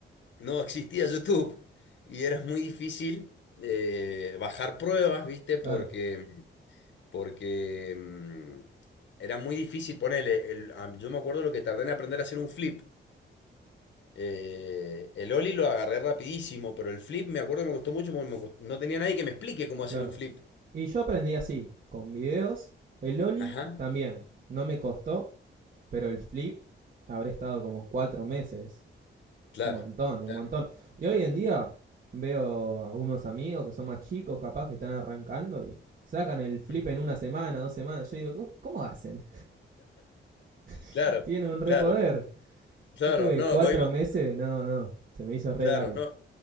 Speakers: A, on the left (about 70°); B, on the right (about 45°).
A: No existía YouTube y era muy difícil eh, bajar pruebas, ¿viste?
B: Claro,
A: Porque, porque mm, era muy difícil ponerle. el- a- yo me acuerdo lo que tardé en aprender a hacer un flip. Eh, el ollie lo agarré rapidísimo, pero el flip me acuerdo que me costó mucho porque me cos- no tenía nadie que me explique cómo
B: claro.
A: hacer un flip.
B: Y yo aprendí así, con videos. El Oli
A: Ajá,
B: también. No me costó. Pero el flip habré estado como cuatro meses.
A: claro,
B: Un montón, un
A: claro,
B: montón. Y hoy en día veo a unos amigos que son más chicos, capaz que están arrancando y sacan el flip
A: Ujú.
B: en una semana, dos semanas. Yo digo, "¿Cómo- hacen? <laughs>
A: claro,
B: Tienen un re
A: claro,
B: poder
A: claro.
B: Yo tuve
A: No,
B: cuatro
A: voy a imagi-
B: meses, no, no, se me hizo re
A: claro,
B: largo.
A: no.